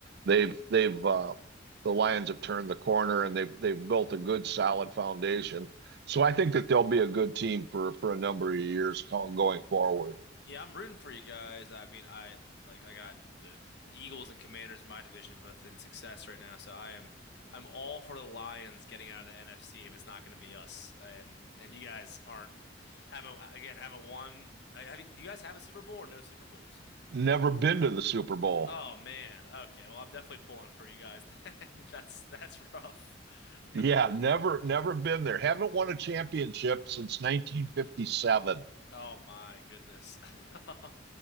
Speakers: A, on the right; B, on the left.
A: they've they've uh, the Lions have turned the corner and they've they've built a good solid foundation. So I think that they'll be a good team for for a number of years co- going forward.
B: Yeah, I'm rooting for you guys. I mean, I like I got the Eagles and Commanders in my division both in success right now, so I am I'm all for the Lions getting out of the NFC if it's not going to be us. And and you guys aren't haven't again haven't won. I- Have you, do you guys have a Super Bowl or no Super Bowls?
A: Never been to the Super Bowl.
B: Oh man. Okay. Well, I'm definitely pulling for you guys. <laughs> That's that's rough. <laughs>
A: Yeah, never never been there. Haven't won a championship since 1957.
B: Oh my goodness. <laughs>